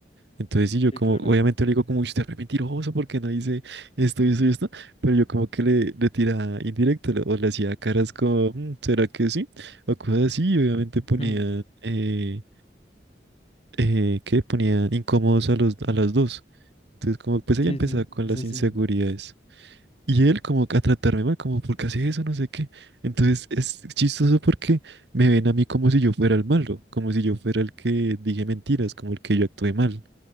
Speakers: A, on the right; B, on the left.
A: Entonces, sí, yo
B: Sí,
A: como,
B: claro.
A: obviamente le digo como, "Uy, usted es re mentiroso porque no dice esto y esto y esto, pero yo como que le, le tiraba indirecto le- o le hacía caras como, "Mm, ¿será que sí? O cosas así, y obviamente ponía,
B: <laughs>
A: eh, eh, ¿qué? Ponía incómodos a los, a las dos. Entonces, como, pues
B: Sí,
A: ella empezaba
B: sí,
A: con
B: es
A: las
B: así.
A: inseguridades. Y él como que a tratarme mal, como, ¿por qué hace eso? No sé qué. Entonces, es chistoso porque me ven a mí como si yo fuera el malo, como si yo fuera el que dije mentiras, como el que yo actué mal.